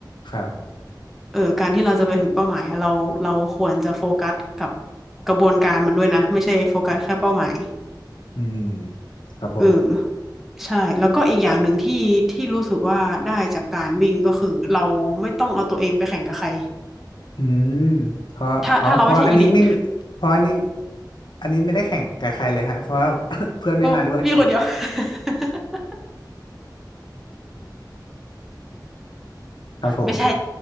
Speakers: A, on the left; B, in the centre.
A: ครับ
B: เออการที่เราจะไปถึงเป้าหมายอะเราเราควรจะโฟกัสกับกระบวนการมันด้วยนะไม่ใช่โฟกัสแค่เป้าหมาย
A: อืมครับผม
B: เออใช่แล้วก็อีกอย่างหนึ่งที่ที่รู้สึกว่าได้จากการวิ่งก็คือเราไม่ต้องเอาตัวเองไปแข่งกับใคร
A: อืมเพราะอ๋อเพราะอันนี้ไม่มีเพราะอันนี้
B: ถ้าถ้าเราไม่ใช่อีลิท
A: อันนี้ไม่ได้แข่งกับใครเลยฮะเพราะว่า <coughs> <laughs> เพื่อนไม่มาด้วย
B: โอ้มีคนเดียว <laughs>
A: ครับผม
B: ไม่ใช่